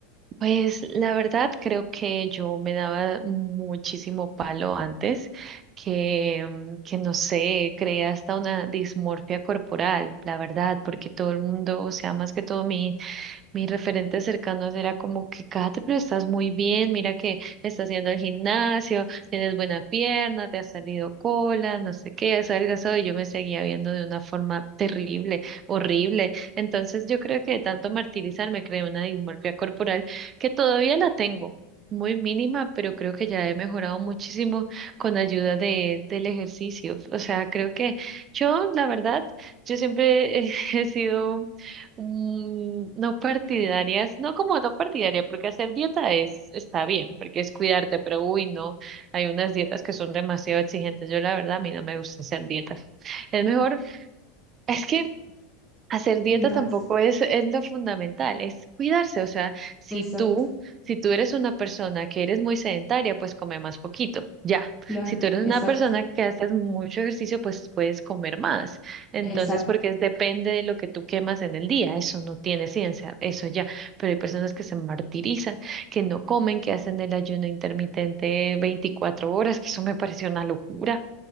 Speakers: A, on the right; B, in the centre.
A: Pues la verdad creo que yo me daba muchísimo palo antes, que, mm, que no sé, creé hasta una dismorfia corporal, la verdad, porque todo el mundo, o sea, más que todo mi mis referentes cercanos era como que, Kate, pero estás muy bien, mira que estás haciendo el gimnasio, tienes buena pierna, te ha salido cola, no sé qué, has adelgazado y yo me seguía viendo de una forma terrible, horrible. Entonces yo creo que de tanto martirizar me creé una dismorfia corporal que todavía la tengo. Muy mínima, pero creo que ya he mejorado muchísimo con ayuda de, del ejercicio. O sea, creo que yo, la verdad, yo siempre eh, <laughs> he sido Mm, No partidarias, no como no partidaria, porque hacer dieta es, está bien, porque es cuidarte, pero uy, no, hay unas dietas que son demasiado exigentes. Yo la verdad, a mí no me gusta hacer dietas. Es mejor, es que Hacer dieta
B: Cuidarse.
A: tampoco es, es lo fundamental, es cuidarse. O sea, si
B: Exacto.
A: tú, si tú eres una persona que eres muy sedentaria, pues come más poquito, ya.
B: Claro,
A: Si tú eres
B: exacto,
A: una persona que haces mucho ejercicio, pues puedes comer más. Entonces,
B: exacto,
A: porque es- depende de lo que tú quemas en el día, eso no tiene ciencia, eso ya. Pero hay personas que se martirizan, que no comen, que hacen el ayuno intermitente 24 horas, que eso me parece una locura.